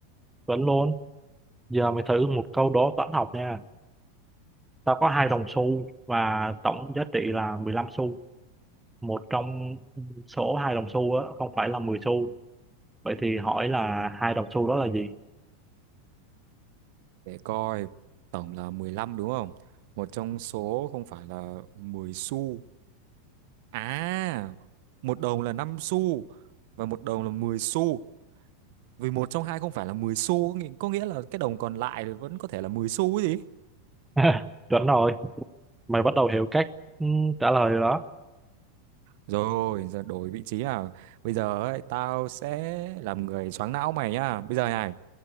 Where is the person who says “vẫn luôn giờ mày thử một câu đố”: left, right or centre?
Centre